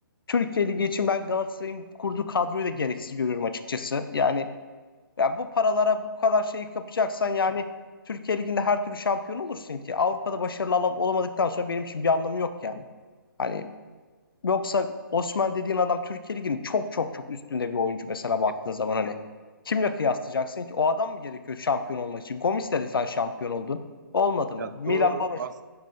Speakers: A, on the left (about 75°); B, on the right (about 55°).
A: Türkiye Ligi için ben Galatasaray'ın kurduğu kadroyu da gereksiz görüyorum açıkçası. Yani ya bu paralara bu kadar şeyi kapacaksan yani Türkiye Ligi'nde her türlü şampiyon olursun ki. Avrupa'da başarılı olam- olamadıktan sonra benim için bir anlamı yok yani. Hani yoksa Osman dediğin adam Türkiye Ligi'nin çok çok çok üstünde bir oyuncu mesela baktığın
B: Ya,
A: zaman hani. Kimle kıyaslayacaksın ki? O adam mı gerekiyor şampiyon olmak için? Gomis'le de sen şampiyon oldun. Olmadın
B: ya
A: mı? Milan
B: doğru.
A: Baroş.
B: As